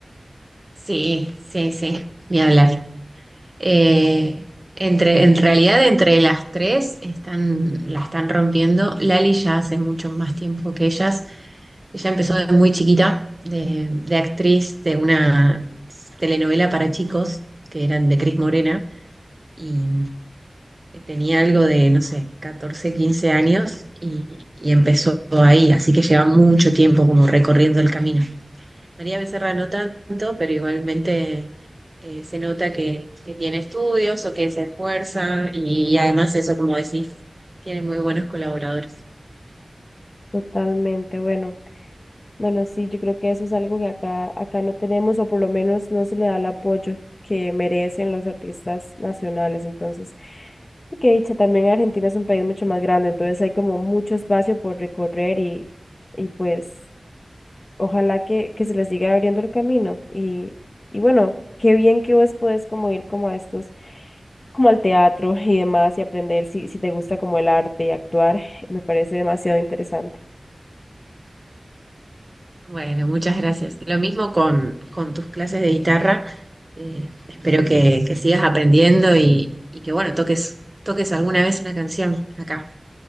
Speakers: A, on the right; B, on the left.
A: sí, sí, sí, ni hablar. Eh, entre, en realidad, entre las tres están, la están rompiendo. Lali ya hace mucho más tiempo que ellas. Ella empezó de muy chiquita, de, de actriz de una telenovela para chicos, que eran de Cris Morena, y tenía algo de, no sé, 14, 15 años, y, y empezó ahí, así que lleva mucho tiempo como recorriendo el camino. María Becerra no tanto, pero igualmente eh, se nota que, que tiene estudios o que se esfuerza y, además eso, como decís, tiene muy buenos colaboradores.
B: Totalmente, bueno. Bueno, sí, yo creo que eso es algo que acá, acá no tenemos o por lo menos no se le da el apoyo que merecen los artistas nacionales. Entonces, y que dicha, también Argentina es un país mucho más grande, entonces hay como mucho espacio por recorrer y, y pues ojalá que, que se les siga abriendo el camino. Y, y bueno, qué bien que vos podés como ir como a estos, como al teatro y demás y aprender si, si te gusta como el arte y actuar, me parece demasiado interesante.
A: Bueno, muchas gracias. Lo mismo con, con tus clases de guitarra. Eh, espero que, que sigas aprendiendo y, y que, bueno, toques, toques alguna vez una canción acá.